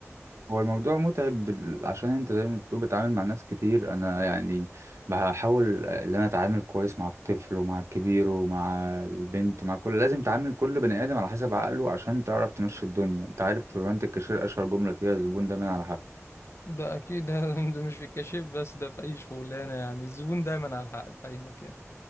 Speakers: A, on the right; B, on the left.
A: هو الموضوع متعب بال- عشان انت زي ما بتقول بتعامل مع ناس كتير انا يعني بحاول ان انا اتعامل كويس مع الطفل ومع الكبير ومع البنت مع كل لازم تعامل كل بني ادم على حسب عقله عشان تعرف تمشي الدنيا انت عارف شغلانه الكاشير اشهر جمله فيها الزبون دايما على حق
B: ده اكيد ده, <laughs> ده مش في الكاشير بس ده في اي شغلانه يعني الزبون دايما على الحق في اي مكان